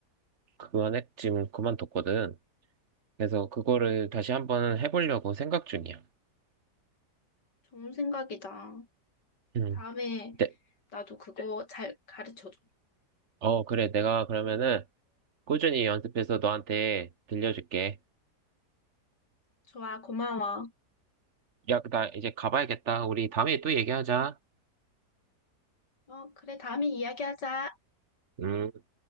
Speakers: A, on the right; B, on the left.
A: 그만에 지금 그만뒀거든. 그래서 그거를
B: 음,
A: 다시 한번 해보려고 생각 중이야.
B: 좋은 생각이다.
A: 음.
B: 다음에
A: 네.
B: 나도 그거 잘 가르쳐줘.
A: 어, 그래. 내가 그러면은 꾸준히 연습해서 너한테 들려줄게.
B: 좋아, 고마워.
A: 야, 나 이제 가봐야겠다. 우리 다음에 또 얘기하자.
B: 어, 그래, 다음에 이야기하자.
A: 음.